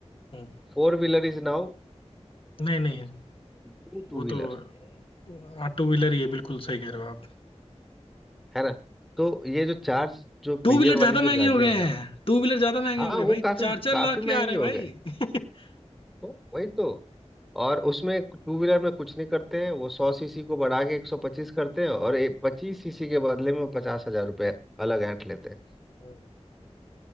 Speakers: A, on the left (about 50°); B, in the centre.
A: हम्म।
B: Four wheeler is now
A: नहीं नहीं
B: new two
A: वो
B: wheeler
A: तो हाँ, टू व्हीलर ही है बिल्कुल सही कह रहे हो आप
B: है ना तो ये जो चार जो
A: टू
B: पहिए
A: व्हीलर
B: वाली
A: ज्यादा महंगे
B: जो गाड़ियां
A: हो गए हैं
B: हैं
A: टू व्हीलर ज्यादा महंगे
B: हाँ
A: हो गए
B: वो
A: भाई
B: काफी
A: चार चार
B: काफी
A: लाख
B: महंगी
A: के आ रहे
B: हो
A: भाई
B: गए
A: <laughs>
B: तो वही तो और उसमें टू व्हीलर में कुछ नहीं करते हैं वो सौ सीसी को बढ़ा के एक सौ पच्चीस करते हैं और पच्चीस सीसी के बदले में वो पचास हजार रुपये अलग ऐंठ लेते हैं
A: हम्म।